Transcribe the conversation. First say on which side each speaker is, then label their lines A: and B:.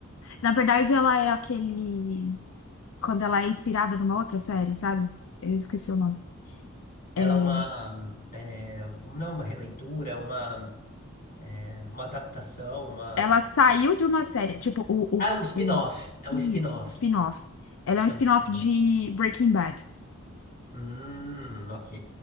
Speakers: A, on the left; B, on the left.
A: Na verdade, ela é aquele. Quando ela é inspirada numa outra série, sabe? Eu esqueci o nome.
B: Ela
A: É...
B: é uma, é, não é uma releitura, é uma, é uma adaptação, uma...
A: Ela saiu de uma série, tipo, o, o,
B: Ah, é um spin-off,
A: o...
B: é
A: Isso,
B: um spin-off,
A: spin-off. Ela é
B: é
A: um spin-off
B: um spin-off.
A: de Breaking Bad.
B: Hum, ok.